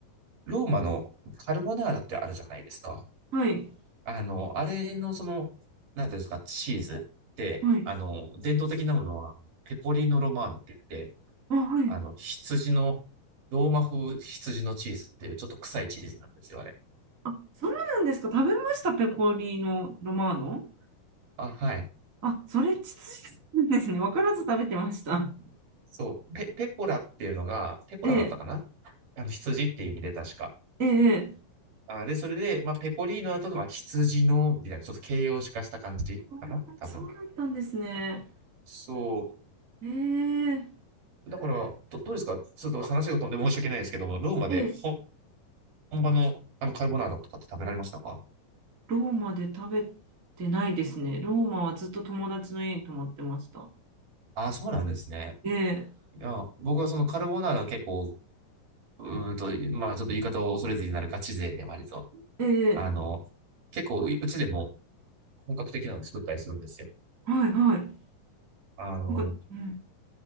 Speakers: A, on the right; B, on the right.
A: ローマのカルボナーラってあるじゃないですか。
B: はい。
A: あの、あれのその、なんていうんですか、チーズって、
B: はい。
A: あの、伝統的なものは、ペコリーノ・ロマーノって言って、
B: あ、はい。
A: あの、羊の、ローマ風羊のチーズっていうちょっと臭いチーズなんですよ、あれ。
B: あ、そうなんですか。食べました、ペコリーノ・ロマーノ。
A: あ、はい。
B: あ、それ、ちつですね。わからず食べてました。
A: そう。ペ、ペコラっていうのが、ペコラだったかな
B: ええ
A: あの、羊っていう意味で確か。
B: えええ
A: あ、で、それで、まあ、ペコリーノだと、まあ、羊の、みたいな、ちょっと形容詞化した感じかな多分。
B: あーそうだったんですね。
A: そ
B: えー、
A: う。だから、ど、どうですかちょっと話が飛んで申し訳ないですけども、ローマで本
B: え、
A: 本場の、あの、カルボナーラとかって食べられましたか
B: ローマで食べてないですね。ローマはずっと友達の家に泊まってました。
A: あ、そうなんですね。
B: ええ
A: いや、僕はそのカルボナーラは結構、うーんと、まあ、ちょっと言い方を恐れずになるガチ勢で割と、
B: ええ
A: あの、結構、ううちでも本格的なのを作ったりするんですよ。
B: はいはい。
A: あの、
B: なんか、うん、